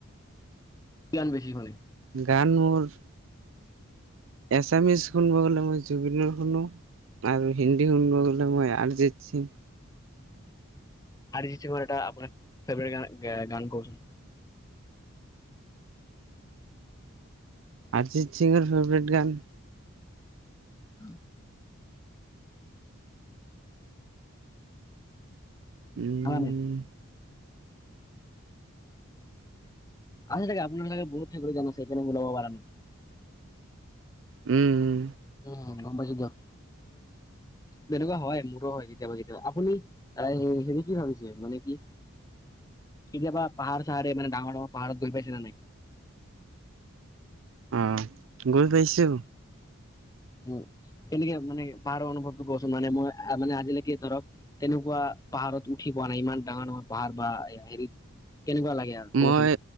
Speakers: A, on the left; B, on the right.
A: কি গান বেছি শুনে
B: গান মোৰ এছামিছ শুনব গ'লে মই জুবিনৰ শুনো আৰু হিন্দী শুনব গলে মই আৰ্জিত সিং
A: আৰ্জিত সিংৰ এটা আপোনাৰ ফেভৰেট গান কচোন
B: আৰ্জিত সিংৰ ফেভাৰেট গান
A: উম
B: উম
A: খালা নাই। আছে তাকে আপোনাৰ চাগে বহুত ফেবেৰেট আছে এইকাৰনে ওলাব পাৰ নাই।
B: উম উম
A: উম গম পাইছো দি য়ক। তেনেকুৱা হয় মোৰো হয় কেতিয়াবা কেতিয়াবা আপুনি হেৰি কি ভাবিছে মানে কি কেতিয়াবা পাহাৰ চাহাৰে মানে ডাঙৰ ডাঙৰ পাহাৰত গৈ পাইছে নে নাই?
B: অ গৈ পাইছোঁ।
A: উ তেনেকে মানে পাৰ অনুভৱটো কচোন মানে মই মানে আজিলৈকে ধৰক তেনেকুৱা পাহাৰত উঠি পোৱা নাই ইমান ডাঙৰ ডাঙৰ পাহাৰ বা হেৰিত কেনেকুৱা লাগে আৰু ক'বচোন
B: মই